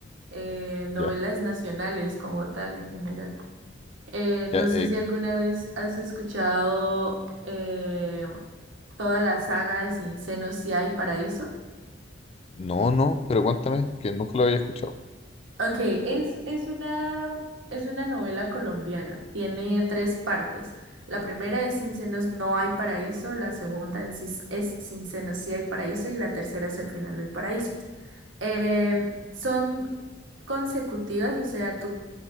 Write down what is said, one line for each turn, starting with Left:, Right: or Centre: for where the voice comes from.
Right: eh, novelas
Left: Ya,
Right: nacionales como tal en general. Eh, no
Left: ya,
Right: sé
Left: eh,
Right: si alguna vez has escuchado eh, toda la saga de Sin Senos, Si hay Paraíso.
Left: no, no, pero cuéntame, que nunca lo había escuchado.
Right: Ok, es, es una, es una novela colombiana. Tiene tres partes. La primera es Sin Senos, No hay Paraíso. La segunda en sí es Sin Senos, Si hay Paraíso. Y la tercera es El final del paraíso. Em, son consecutivas, o sea, tú